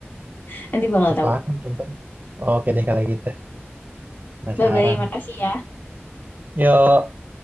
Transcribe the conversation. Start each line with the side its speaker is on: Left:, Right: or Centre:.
Left: <laughs> Nanti bakal
Right: apaan
Left: tahu.
Right: contohnya oke deh kalau gitu penasaran
Left: Bye bye, makasih ya.
Right: yuk